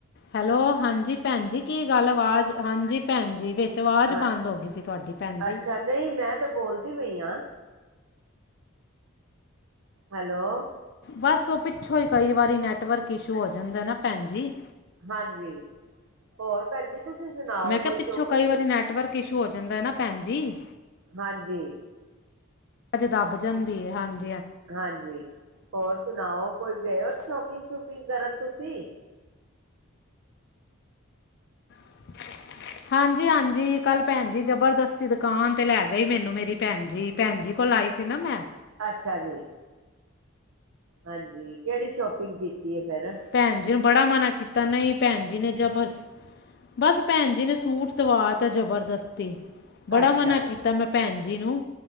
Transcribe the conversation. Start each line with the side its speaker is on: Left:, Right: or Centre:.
Left: ਹੈਲੋ, ਹਾਂਜੀ। ਜੀ ਭੈਣ ਜੀ, ਕੀ ਗੱਲ ਅਵਾਜ਼ ਹਾਂਜੀ ਭੈਣ ਜੀ ਵਿੱਚ ਅਵਾਜ਼
Right: ਹਾਂ
Left: ਬੰਦ ਹੋ ਗਈ ਸੀ ਤੁਹਾਡੀ ਭੈਣ ਜੀ।
Right: ਅੱਛਾ ਨਹੀਂ ਮੈਂ ਤਾਂ ਬੋਲਦੀ ਪਈ ਆ। ਹੈਲੋ।
Left: ਬਸ ਉਹ ਪਿੱਛੋਂ ਹੀ ਕਈ ਵਾਰੀ ਨੈਟਵਰਕ ਇਸ਼ੂ ਹੋ ਜਾਂਦਾ ਨਾ ਭੈਣ ਜੀ।
Right: ਹਾਂਜੀ, ਹੋਰ ਭੈਣ ਜੀ। ਤੁਸੀਂ ਸੁਣਾਓ,
Left: ਮੈਂ ਕਿਹਾ
Right: ਕੋਈ
Left: ਪਿੱਛੋਂ
Right: ਸ਼ੋਪੀਗ
Left: ਕਈ ਵਾਰੀ ਨੈਟਵਰਕ ਇਸ਼ੂ ਹੋ ਜਾਂਦਾ ਨਾ ਭੈਣ ਜੀ।
Right: ਹਾਂਜੀ।
Left: ਵਾਜ ਦੱਬ ਜਾਂਦੀ ਐ, ਹਾਂਜੀ।
Right: ਹਾਂਜੀ। ਹੋਰ ਸੁਣਾਓ, ਕੋਈ ਗਏ ਹੋ ਸ਼ੋਪਿੰਗ- ਸ਼ੂਪਿੰਗ ਕਰਨ ਤੁਸੀਂ।
Left: <unintelligible> ਹਾਂਜੀ-ਹਾਂਜੀ ਕੱਲ ਭੈਣ ਜੀ ਜਬਰ ਦਸਤੀ ਦੁਕਾਨ ਤੇ ਲੈ ਗਈ, ਮੈਨੂੰ ਮੇਰੀ ਭੈਣ ਜੀ। ਭੈਣ ਜੀ ਕੋਲ ਆਈ ਸੀ ਨਾ ਮੈਂ
Right: ਅੱਛਾ ਜੀ। ਹਾਂਜੀ, ਕਿਹੜੀ ਸ਼ੋਪਿੰਗ ਕੀਤੀ? ਹੈ ਫਿਰ
Left: ਭੈਣ ਜੀ ਨੂੰ ਬੜਾ ਮਨਾ ਕੀਤਾ ਤਾਂ ਨਈ ਭੈਨ ਜੀ ਨੇ ਜਬਰਤ ਬੱਸ ਭੈਨਜੀ ਨੇ ਸੂਟ ਦਵਾਤੈ ਜਬਰਜਸਤੀ। ਬੜਾ
Right: ਅੱਛਾ
Left: ਮਨਾ
Right: ਜੀ
Left: ਕੀਤਾ ਮੈਂ ਭੈਨ ਜੀ ਨੂੰ,